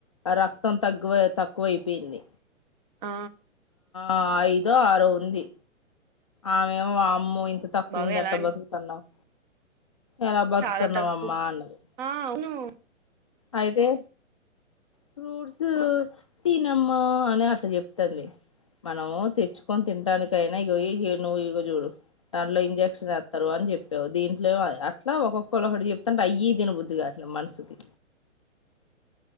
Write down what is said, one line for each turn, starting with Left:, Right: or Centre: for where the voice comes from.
Left: రక్తం తగ్గువ తక్కువ అయిపోయింది
Right: ఆ
Left: ఆ ఐదో ఆరో ఉంది ఆమె ఏమ్ వామ్మో ఇంత తక్కువ
Right: బాబోయ్
Left: ఉంది యట్ట
Right: ఎలా అంటే
Left: బతుకుతు ఉన్నావు ఎలా బతుకుతుఉన్నావ్
Right: చాలా తక్కువ
Left: అమ్మ అన్నారు
Right: ఆ అవును
Left: అయితేే ఫ్రూట్స్ తిన అమ్మా అని అట్ట చెప్త అంది మనము తెచ్చు కొని తింటానికి అయినా ఏ ఇనువు చూడు దాంట్లో ఇంజక్షన్ వేస్తారు అని చెప్పావు దీంట్లో అట్లా ఒక్కొ బక్కళ్ళు ఒకటి చెప్తు ఉంటే అయి. ఇనుబుద్ధిగా అట్లా మనసుకి